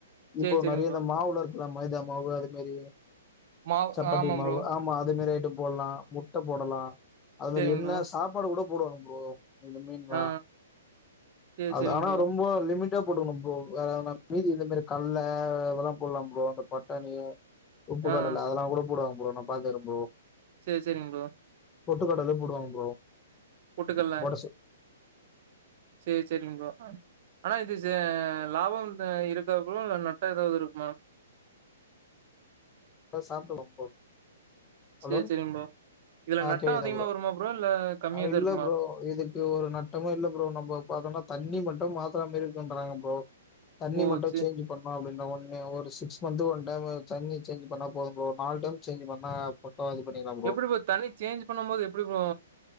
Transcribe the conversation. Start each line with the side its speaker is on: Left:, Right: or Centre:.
Right: சேரி
Left: இப்போ
Right: சேரிங்க
Left: நறிய
Right: ப்ரோ
Left: இந்த மாவுல இருக்கலா மைதா மாவு அது மாரி
Right: மாவு
Left: சப்பாத்தி
Right: ஆமா
Left: மாவு
Right: ப்ரோ
Left: ஆமா அது மாரி ஐட்டம் போடலா முட்ட போடலா அதுல
Right: சேரிங்க
Left: என்ன
Right: ப்ரோ
Left: சாப்பாடு கூட போடுவாங்க ப்ரோ இந்த மீன் தா
Right: ஆ சேரி
Left: அது
Right: சேரிங்க
Left: ஆனா
Right: ப்ரோ
Left: ரொம்ப லிமிட் <unintelligible> ப்ரோ வேற நம்ம மீனுக்கு இந்த மாரி கல்ல அதுலபோடல ப்ரோ அந்த பட்டாணி உப்பு
Right: ஆ
Left: கடல அதெல்லா கூட போடுவாங்க ஒழுங்கா பாத்துக்குறேன் ப்ரோ
Right: செரி செரிங் ப்ரோ
Left: பொட்டு கடல போடுவாங் ப்ரோ
Right: பொட்டுக்கல
Left: போட சொ
Right: செரி செரிங் ப்ரோ அ ஆனா இது ச லாபம் த இருக்கா ப்ரோ இல்ல நட்டொ எதாவது இருக்குமா
Left: இத சாப்புலாம் ப்ரோ ஹலோ
Right: சேரி சேரிங் ப்ரோ இதுல
Left: ஆ
Right: நட்டோ
Left: கேக்குதா
Right: அதிகமா
Left: ப்ரோ
Right: வருமா இல்ல கம்மியாதா
Left: அ இல்ல
Right: இருக்குமா
Left: ப்ரோ இதுக்கு ஒரு நட்டமு இல்ல ப்ரோ நம்ப பாத்தோம்னா தண்ணி மட் மாத்திர மாரி இருக்ன்றாங்க ப்ரோ தண்ணி
Right: ஓ
Left: மட்டு
Right: சே
Left: சேஞ்ச் பண்னோ அப்டி ந்த ஒன்னே ஒரு சிக்ஸ் மந்த் ஒன் டைம் தண்ணி சேஞ்ச் பண்ணா போது ப்ரோ நாலு டைம் சேஞ்ச் பண்ணா போ போ இது பண்ணிக்கலா ப்ரோ
Right: எப்டி தண்ணி சேஞ்ச் பண்ணும் போது எப்டி ப்ரோ